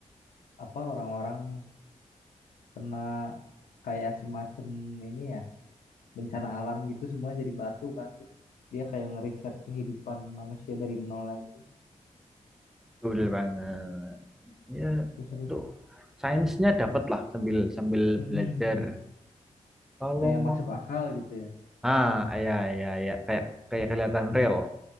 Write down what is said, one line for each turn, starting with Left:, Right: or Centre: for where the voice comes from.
Left: apa orang-orang kena kayak semacam ini ya bencana alam gitu semuanya jadi batu kan terus dia kayak ngeriset kehidupan manusia dari nol lagi
Centre: dulu banget ya
Left: terus seru
Centre: tuh
Left: tuh
Centre: sainsnya dapat lah sambil sambil
Left: Mm-mm,
Centre: belajar
Left: mm-mm.
Centre: kalau
Left: kayak
Centre: mau
Left: masuk akal gitu ya
Centre: Ah, ya, ya, ya, kayak kayak kelihatan real.